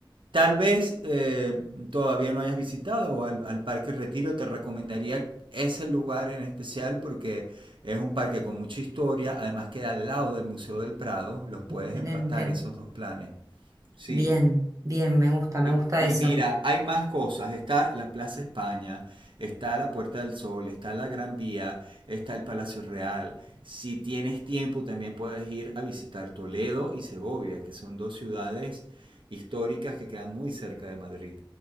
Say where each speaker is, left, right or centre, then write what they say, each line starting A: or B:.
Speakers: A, on the right; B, on the right.
A: Tal vez eh, todavía no hayas visitado al, al Parque Retiro, te recomendaría ese lugar en especial porque es un parque con mucha historia, además queda al lado del Museo del Prado, los puedes
B: excelente.
A: empatar esos dos planes. Sí,
B: Bien, bien, me gusta, me
A: y,
B: gusta
A: y
B: eso.
A: mira, hay más cosas. Está la Plaza España, está la Puerta del Sol, está la Gran Vía, está el Palacio Real. Si tienes tiempo, también puedes ir a visitar Toledo y Segovia, que son dos ciudades históricas que quedan muy cerca de Madrid.